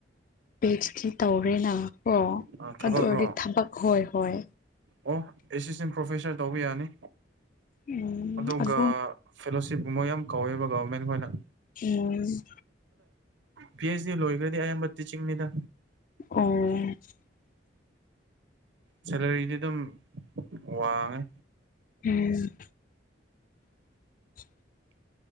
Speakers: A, on the left; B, on the right.
A: ꯄꯤ. ꯗꯤ. ꯇꯩ ꯅ ꯀ
B: ꯊꯕꯛꯔꯣ
A: ꯑꯗꯨ ꯑꯣꯏꯔꯗꯤ ꯊꯕꯛ ꯍꯣꯏ ꯍꯣꯏ
B: ꯑꯣ ꯑꯦꯁꯤꯁꯇꯦꯟ ꯄ꯭ꯔꯣꯐꯦꯁꯔ ꯇꯧꯕ ꯌꯥꯅꯤ
A: ꯎꯝ
B: ꯑꯗꯨꯒ
A: ꯑꯗꯨ
B: ꯐꯦꯂꯣꯁꯤꯞ ꯃꯣꯏ ꯌꯥꯝ ꯀꯧꯋꯦꯕ ꯒꯣꯔꯦꯟ ꯈꯣꯏꯅ
A: ꯎꯝ
B: ꯄꯤ. ꯍꯦ. ꯗꯤ ꯂꯣꯏꯈ꯭ꯔꯗꯤ ꯑꯌꯥꯝꯕ ꯇꯤꯆꯤꯡꯅꯤꯗ
A: ꯑꯣ
B: ꯁꯦꯂꯔꯤꯗꯤ ꯑꯗꯨꯝ ꯋꯥꯡꯉꯦ
A: ꯎꯝ <unintelligible> <inaudible>